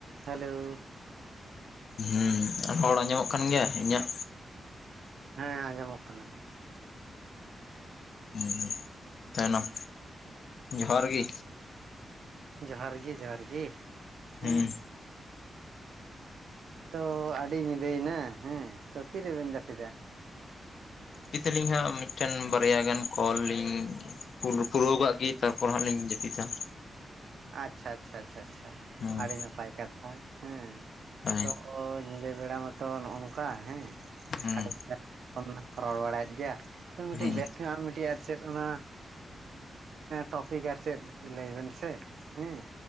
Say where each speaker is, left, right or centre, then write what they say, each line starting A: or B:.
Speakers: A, on the right (about 75°); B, on the left (about 60°).
A: Hello
B: ᱦᱮᱸ ᱟᱨ ᱦᱚᱲ ᱟᱸᱡᱚᱢᱚᱜ ᱠᱟᱱ ᱜᱮᱭᱟ ᱤᱧᱟᱹᱜ
A: ᱦᱮᱸ ᱟᱸᱡᱚᱢᱚᱜ ᱠᱟᱱᱟᱹᱧ
B: <unintelligible> ᱛᱟᱦᱮᱱᱚᱜ ᱡᱚᱦᱟᱨ ᱜᱤ
A: ᱡᱚᱦᱟᱨ ᱜᱮ ᱡᱚᱦᱟᱨ ᱜᱤ ᱦᱮᱸ
B: ᱦᱩᱸ
A: ᱛᱚ ᱟᱹᱰᱤ ᱧᱤᱫᱟᱹᱭᱮᱱᱟ ᱦᱮᱸ ᱛᱚ ᱛᱤᱨᱮᱵᱮᱱ ᱡᱟᱹᱯᱤᱫᱟ
B: ᱡᱟᱯᱤᱫᱟᱞᱤᱧ ᱦᱟᱸᱜ ᱢᱤᱫᱴᱮᱱ ᱵᱟᱨᱭᱟ ᱜᱟᱱ ᱠᱚᱞ ᱞᱤᱧ ᱠᱚᱞ ᱯᱩᱨᱟᱹᱣ ᱠᱟᱜ ᱜᱤ ᱛᱟᱨᱯᱚᱨ ᱦᱟᱸᱜ ᱞᱤᱧ ᱡᱟᱹᱯᱤᱫᱟ
A: ᱟᱪᱪᱷᱟ ᱟᱪᱪᱷᱟ ᱪᱷᱟ ᱪᱷᱟ ᱪᱷᱟ
B: ᱦᱩᱸ
A: ᱟᱹᱰᱤ ᱱᱟᱯᱟᱭ ᱠᱟᱛᱷᱟ <unintelligible> ᱦᱮᱸ
B: ᱦᱮᱸ
A: ᱛᱚ ᱧᱤᱫᱟᱹ ᱵᱮᱲᱟ ᱢᱟᱛᱚ ᱱᱚᱜ ᱱᱚᱝᱠᱟ ᱦᱮᱸ
B: ᱦᱩᱸ
A: ᱟ ᱵᱚᱱ ᱨᱚᱲ ᱵᱟᱲᱟᱭᱮᱫ ᱜᱮᱭᱟ ᱛ <unintelligible>
B: ᱦᱩᱸ
A: ᱢᱤᱫᱴᱤᱡ ᱟᱨ ᱪᱮᱫ ᱚᱱᱟ ᱴᱚᱯᱤᱠ ᱟᱨ ᱪᱮᱫ ᱞᱟᱹᱭ ᱵᱮᱱ ᱥᱮ ᱦᱮᱸ